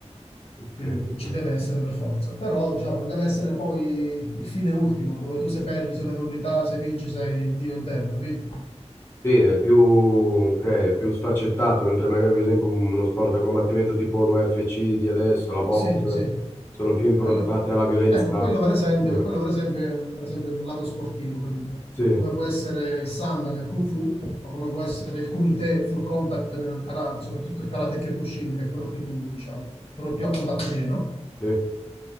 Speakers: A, on the left; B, on the left.
A: Ok,
B: quindi
A: ok.
B: ci deve essere per forza, però, diciamo, non deve essere poi il fine ultimo, dove tu se perdi, se una nullità, se vinci, sei Dio in terra, capito?
A: Sì, è più, ok, è più sfaccettato, mentre magari per esempio uno sport da combattimento tipo l'UFC di adesso, la box,
B: Sì, sì.
A: sono più improntate
B: Quello,
A: alla violenza
B: ecco, quello per esempio,
A: pura.
B: quello per esempio è un, per esempio un lato sportivo, capito?
A: Sì,
B: Come può essere il Sanda nel Kung Fu, o come può essere il Kumite Full Contact nel Karate, soprattutto il Karate Kyokushin, che è quello più duro, diciamo, quello più a contatto pieno.
A: sì,